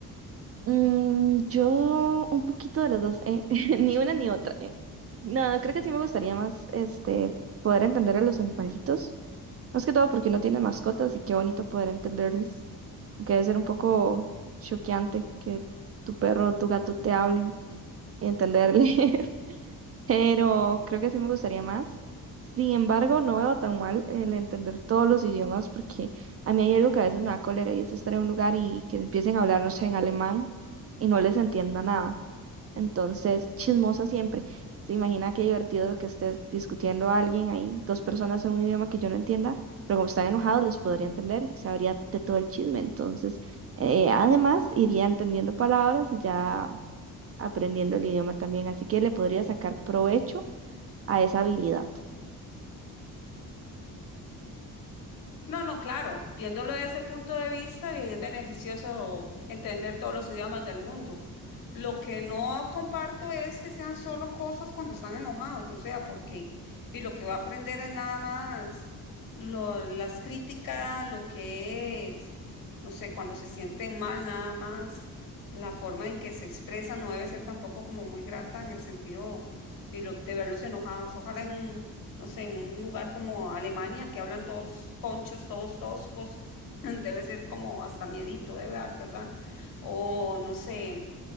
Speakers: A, on the right; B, on the left.
A: Mm, yo un poquito de las dos, eh, <laughs> Ni una ni otra, eh. No, creo que sí me gustaría más, este, poder entender a los animalitos. Más que todo porque uno tiene mascotas y qué bonito poder entenderles. aunque debe ser un poco choqueante que tu perro o tu gato te hablen y entenderle, <laughs> pero creo que sí me gustaría más. Sin embargo, no veo tan mal el entender todos los idiomas porque a mí hay algo que a veces me da cólera y es estar en un lugar y que empiecen a hablar, no sé, en alemán y no les entienda nada. Entonces, chismosa siempre. Se imagina qué divertido que esté discutiendo a alguien ahí, dos personas en un idioma que yo no entienda, pero como están enojados, les podría entender y sabría de todo el chisme. Entonces, eh, además, iría entendiendo palabras y ya aprendiendo el idioma también. Así que le podría sacar provecho a esa habilidad.
B: No, no, claro, viéndolo desde ese punto de vista, bien, es beneficioso entender todos los idiomas del mundo. Lo que no comparto es que sean solo cosas cuando están enojados, o sea, porque vi, lo que va a aprender es nada más lo- las críticas, lo que es, no sé, cuando se sienten mal, nada más. La forma en que se expresa no debe ser tampoco como muy grata en el sentido vi, lo- de verlos enojados. Ojalá en un no sé, en un lugar como Alemania que hablan todos conchos, todos toscos, <laughs> debe ser como hasta miedito de ver, ¿verdad? O no sé,